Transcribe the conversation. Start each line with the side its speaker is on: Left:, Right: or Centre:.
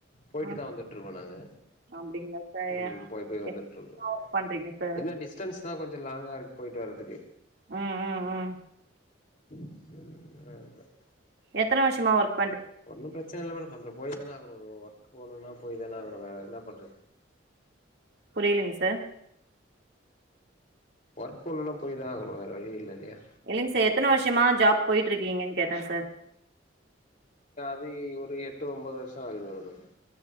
Left: போய்டு
Right: ம்
Left: தான் வந்துட்ருக்கோம் நாங்க
Right: அப்டிங்களா சார்
Left: ம் <unintelligible> போய்ட் வந்துட்ருக்கோம்
Right: என்ன ஒர்க் பண்றீங்க சார்
Left: என்ன டிஸ்டன்ஸ் தான் கொஞ் லாங்கா இருக்கு பொயிட்டு வறத்துக்கு
Right: ம் ம் ம்
Left: <unintelligible> அதான்
Right: எத்தன வர்ஷமா ஒர்க்ப்
Left: ஒன்னும் பிரச்சன இல்ல மேடம் அப்றம் போய் தான ஆகனும் வ்வோ போனும்னா போய் தானே ஆவ்னும் வேர என்னாப் <unintelligible>
Right: புரியலிங் சார்
Left: ஒர்க் பண்ணுன்னா போய் தான் ஆகணும் வேற வழி இல்லல்லியா
Right: இல்லைங் சார் எத்தன வர்ஷமா ஜாப் பொயிட் இருக்கீங்கன் கேட்டேன் சார்
Left: போய் ஒரு எட்டு ஒம்பது வர்ஷம் ஆகுது மேடம் நான்